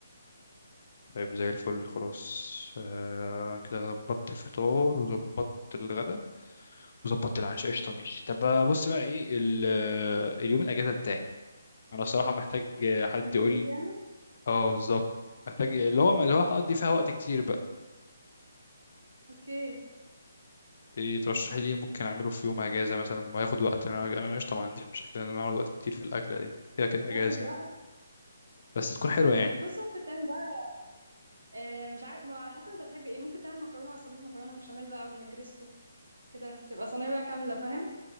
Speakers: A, on the left (about 55°); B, on the right (about 85°).
A: طيب زي الفل خلاص آه كده ظبطت الفطار وظبطت الغداء وظبطت العشاء قشطة ماشي طب بقى بص بقى ايه ال- آه، اليوم الأجازة بتاعي أنا الصراحة محتاج آه، حد
B: الفري
A: يقول لي
B: يعني
A: اه بالظبط محتاج اللي هو اللي هو هقضي فيها وقت كتير بقى
B: اوكي
A: إيه ترشحي لي إيه ممكن أعمله في يوم أجازة مثلا وهياخد وقت أنا أنا قشطة ما عنديش مشكلة إن أنا أقعد وقت كتير في الأكلة دي كده كده
B: بياخد
A: أجازة
B: وقت
A: يعني بس تكون حلوة
B: اوكي
A: يعني
B: بص ممكن تعمل بقى آه مش عارف ما على حسب انت بتحب ايه ممكن تعمل مكرونه صينيه مكرونه بشاميل بقى ونجريسكو كده تبقى صينيه بقى كامله فاهم